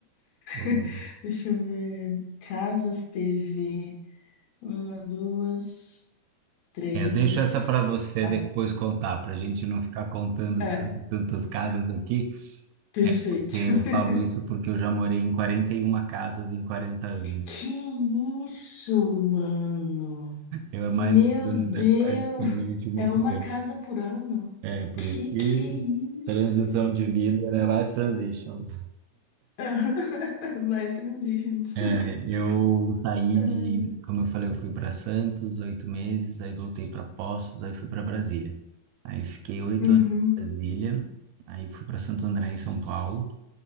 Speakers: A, on the right (about 80°); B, on the left (about 75°).
A: Olha.
B: <laughs> Deixa eu ver. Casas teve uma, duas, três,
A: É, eu deixo essa para você
B: quatro.
A: depois contar, para a gente não ficar contando
B: É,
A: tan- tantas casas aqui.
B: perfeito.
A: É porque eu
B: <laughs>
A: falo isso porque eu já morei em 41 casas em 40 anos.
B: Que isso, mano?
A: Eu é mais
B: Meu
A: mudança,
B: Deus!
A: é praticamente uma
B: É
A: por
B: uma
A: ano.
B: casa por ano?
A: É, por
B: Que
A: isso que
B: que é isso?
A: transição de vida, né? Life transitions.
B: <laughs> Life transitions.
A: É,
B: <laughs>
A: eu saí
B: É.
A: de, como eu falei, eu fui para Santos oito meses, aí voltei para Poços, aí fui para Brasília. Aí fiquei oito
B: Uhum,
A: anos em Brasília, aí fui para Santo André, em São Paulo.